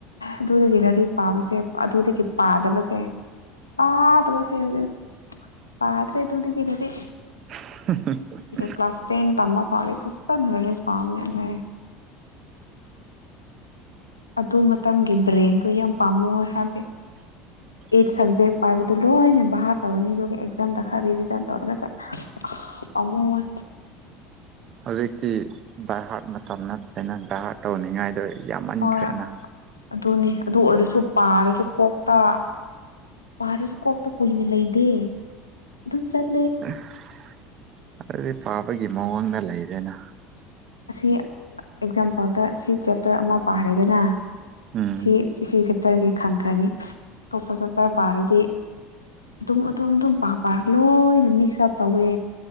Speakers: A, on the left; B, on the right.
A: ꯑꯗꯨꯗꯒꯤ ꯂꯥꯏꯔꯤꯛ ꯄꯥꯕꯁꯦ ꯑꯗꯨꯗꯒꯤ ꯄꯥꯗꯕꯁꯦ ꯄꯥꯇꯕꯁꯦ ꯍꯧꯖꯤꯛ ꯄꯥꯗꯔꯦ ꯑꯗꯨꯗꯒꯤ ꯂꯥꯢꯔꯤꯛ
B: ꯍꯝ ꯍꯝ ꯍꯝ
A: ꯀ꯭ꯂꯥꯁ ꯇꯦꯟ ꯇꯃ ꯐꯥꯎꯗꯤ ꯐꯖꯅ ꯂꯥꯢꯔꯤꯛ ꯄꯥꯕꯅꯦ ꯑꯗꯩ ꯑꯗꯨ ꯃꯇꯝꯒꯤ ꯕ꯭ꯔꯦꯟꯗꯣ ꯌꯥꯝ ꯄꯥꯝꯃꯨꯌꯦ ꯍꯥꯏꯕꯗꯤ
B: <inaudible>
A: ꯑꯩꯠ ꯁꯕꯖꯦꯛ ꯄꯥꯏꯕꯗꯨ ꯂꯣꯏꯅ ꯚꯥ ꯇꯧꯅꯤ ꯑꯗꯨꯒ ꯑꯦꯛꯖꯥꯝꯗ ꯈꯔ ꯔꯤꯚꯤꯖꯟ ꯇꯧꯔꯒ ꯆꯠꯂ ꯄꯝꯃꯨꯌꯦ
B: ꯍꯧꯖꯤꯛꯇꯤ ꯕꯥꯏꯍꯔꯠ ꯃꯇꯝ ꯅꯠꯇꯦ ꯅꯪ ꯗꯥꯏꯍꯔꯠ ꯇꯧꯅꯤꯡꯉꯥꯏꯗ ꯌꯥꯃꯟ
A: ꯍꯣꯏ
B: ꯈ꯭ꯔꯦꯅ
A: ꯑꯗꯨꯅꯤ ꯑꯗꯨ ꯑꯣꯏꯔꯁꯨ ꯄꯥꯔꯒ ꯀꯣꯛꯇ ꯄꯥꯔꯁꯨ ꯀꯣꯛꯇ ꯀꯨꯏꯅ ꯂꯩꯗꯦ ꯑꯗꯨꯝ ꯆꯠ
B: ꯑꯁ ꯂꯥꯢꯔꯤꯛ ꯄꯥꯕꯒꯤ ꯃꯑꯣꯡꯗ ꯂꯩꯔꯦꯅ
A: ꯑꯁꯤ ꯑꯦꯛꯖꯥꯝꯄꯜꯗ ꯁꯤ ꯆꯦꯞꯇꯔ ꯑꯃ ꯄꯥꯔꯦꯒꯅ
B: ꯎꯝ
A: ꯁꯤ ꯁꯤ ꯆꯦꯞꯇꯔꯗꯤ ꯈꯪꯈ꯭ꯔꯅꯤ ꯑꯇꯣꯞꯄ ꯆꯦꯞꯇꯔ ꯄꯥꯔꯗꯤ ꯑꯗꯨꯨꯝ ꯑꯗꯨꯝ ꯑꯗꯨꯝ ꯄꯥ ꯄꯥ ꯂꯣꯏꯅ ꯃꯤꯛꯁ ꯑꯞ ꯇꯧꯋꯦ